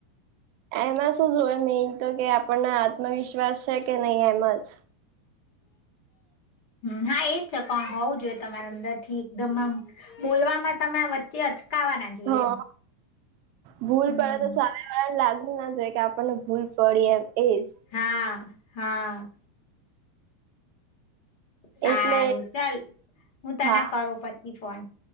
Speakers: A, on the right (about 55°); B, on the left (about 55°).
A: એમાં શું જો એ મેન તો કે આપ પણને આત્મવિશ્વાસ છે કે નહીં એમ જ.
B: હમ્મ, એજ છે કો હોવ જોઈએ તમારા અંદર થી એકદમ આમ બોલવામાં તમે વચ્ચે જ કાવા ના જોઈએ
A: હા
B: એમ.
A: ભૂલ
B: હમ
A: પડે તો સામે વાલા લાગ ના જોઈએ કે આપણને ભૂલ પડી એમ એજ.
B: હા હા. સારું
A: એટલે
B: ચાલ હું તને
A: હા
B: કરું પછી ફોન,